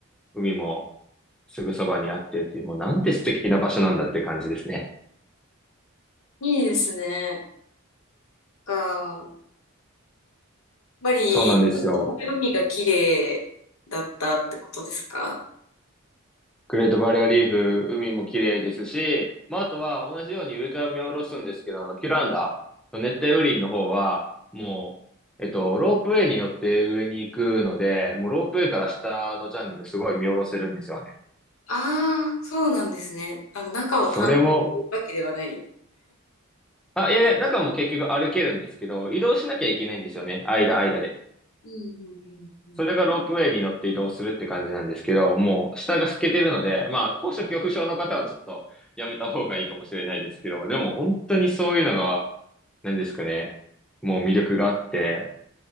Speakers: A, in the centre; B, on the left.
A: 海もすぐそばにあってっていう、もうなんて素敵な場所なんだって感じですね。
B: いいですね。か。ぱり、
A: そうなんですよ。
B: 海が綺麗だったってことですか
A: グレートバリアリーフ、海も綺麗ですし、まあ、あとは同じように上から見下ろすんですけど、あの、キュランダの熱帯雨林の方は、もう、えっと、ロープウェイに乗って上に行くので、もうロープウェイから下のジャングルすごい見下ろせるんですよね。
B: ああー、そうなんですね。あの、中を探索するわけではない。
A: それも、あ、いやいや、中も結局歩けるんですけど、移動しなきゃいけないんですよね。間、間で。
B: うんうんうんうん。
A: それがロープウェイに乗って移動するって感じなんですけど、もう下が透けてるので、まあ、高所恐怖症の方はちょっとやめた方がいいかもしれないですけど、でも本当にそういうのが、なんですかね、もう魅力があって、